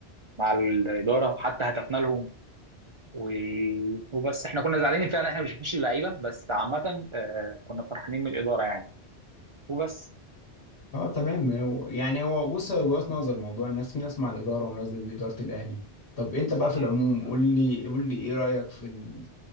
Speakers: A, on the right; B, on the left.
A: مع الإدارة حتى هتفنا لهم و... وبس إحنا كنا زعلانين فعلا إحنا مش مش اللعيبة بس عامة آه، كنا فرحانين من الإدارة يعني وبس
B: اه تمام هو- يعني هو بص هو وجهات نظر موضوع الناس في ناس مع الاداره وناس ضد اداره الاهلي طب انت بقى
A: صح
B: في العموم قول لي قول لي ايه رايك في ال...